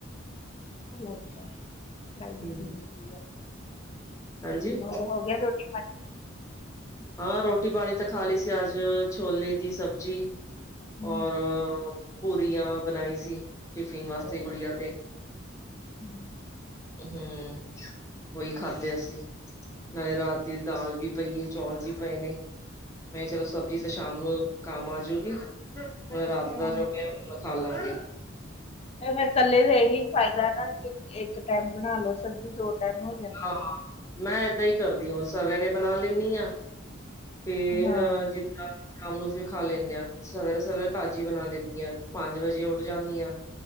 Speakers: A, on the left (about 30°); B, on the left (about 15°).
A: ਚਲੋ ਅੱਛਾ ਹੈ ਪੜਾਈ ਵੀ
B: ਹੂੰ
A: ਜ਼ਰੂਰੀ ਆ।
B: ਹਾਂਜੀ
A: ਹੋ ਗਿਆ ਰੋਟੀ- ਪਾਣੀ?
B: ਹਾਂ ਰੋਟੀ ਪਾਣੀ ਤਾਂ ਖਾ ਲਈ ਸੀ, ਅੱਜ ਛੋਲੇ ਦੀ ਸਬਜ਼ੀ
A: ਹਮ,
B: ਔਰ ਪੂਰੀਆਂ ਬਣਾਈ ਸੀ। ਟਿਫਿਨ ਵਾਸਤੇ
A: ਅਰੇ
B: ਗੁੜੀਆਂ
A: ਵਾਹ।
B: ਦੇ
A: ਹਮ,
B: ਹੂੰ ਉਹੀ ਖਾਧੇ ਅਸੀ, ਨਾਲੇ ਰਾਤ ਦੀ ਦਾਲ ਵੀ ਪਈ ਏ ਚੌਲ ਵੀ ਪਏ ਨੇ। ਮੈਂ ਚਲੋ ਸਬਜ਼ੀ ਤਾਂ ਸ਼ਾਮ ਨੂੰ ਕੰਮ ਆ ਜਾਉਗੀ। ਹੋਰ ਰਾਤ
A: ਹਾਂ
B: ਦਾ ਜੋ ਪਿਆ ਹੁਣ ਮੈ ਖਾ ਲਾਂਗੀ।
A: ਫੇਰ ਇਕੱਲੇ ਦਾ ਇਹੀ ਫਾਇਦਾ ਨਾ ਕਿ ਇੱਕ ਟੈਮ ਬਣਾ ਲੋ ਸਬਜ਼ੀ, ਦੋ ਟਾਈਮ ਹੋ। ਜਾਂਦੀ
B: ਹਾਂ,
A: ਆ
B: ਮੈਂ ਏਦਾਂ ਹੀ ਕਰਦੀ ਹਾਂ, ਸਵੇਰੇ ਬਣਾ ਲੈਨੀ ਆ। ਫੇਰ
A: ਹਾਂ
B: ਜੇ। ਸ਼ਾਮ ਨੂੰ ਅਸੀ ਖਾ ਲੈਂਣੇ ਹਾਂ। ਸਵੇਰੇ- ਸਵੇਰੇ ਤਾਜ਼ੀ ਬਣਾ ਲੈਂਣੀ ਆ। ਪੰਜ ਵਜੇ ੳਠ ਉਠ ਜਾਂਨੀ ਹਾਂ,